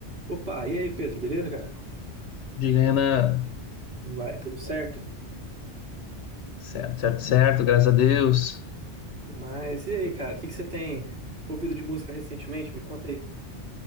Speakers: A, on the right; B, on the left.
A: Opa, e aí, Pedro, beleza, cara?
B: Diga, Renan.
A: Como Vai, tudo certo?
B: Certo, certo, certo, graças a Deus.
A: Mas e aí, cara, o que que você tem ouvido de música recentemente? Me conta aí.